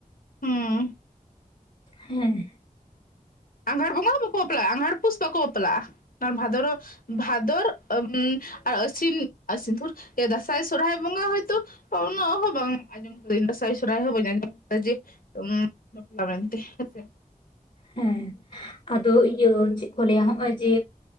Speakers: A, on the left (about 80°); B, on the left (about 50°).
A: ᱦᱮᱸ
B: ᱦᱮᱸᱸ
A: ᱟᱸᱝᱷᱟᱲ ᱵᱚᱸᱜᱟ ᱦᱚᱸ ᱵᱟᱠᱚ ᱵᱟᱯᱞᱟᱜᱼᱟ ᱟᱸᱜᱷᱟᱲ ᱯᱩᱥ ᱵᱟᱠᱚ ᱵᱟᱯᱞᱟᱜᱼᱟ ᱟᱨ ᱵᱷᱟᱫᱚᱨ ᱵᱷᱟᱫᱚᱨ ᱟᱨ ᱟᱹᱥᱤᱱᱥᱤᱱ ᱫᱟᱸᱥᱟᱭ ᱥᱚᱨᱦᱟᱭ ᱵᱚᱸᱜᱟ ᱦᱚᱭᱛᱳ ᱚ ᱩᱱᱟᱜ ᱦᱚ ᱵᱟᱝᱚᱢ ᱟ ᱤᱧ ᱫᱟᱸᱥᱟᱭ ᱥᱚᱨᱦᱟᱭ ᱦᱚᱸ ᱵᱟᱹᱧ ᱟᱸᱡᱚᱢ ᱠᱮᱫᱫᱟ ᱡᱮ ᱵᱟᱯᱞᱟ ᱢᱮᱱᱛᱮ ᱦᱮᱸᱥᱮ
B: ᱦᱮᱸ ᱟᱫᱚ ᱤᱭᱟᱹ ᱪᱮᱫ ᱠᱚ ᱞᱟᱹᱭᱟ ᱦᱚᱜᱼᱚᱭ ᱡᱮ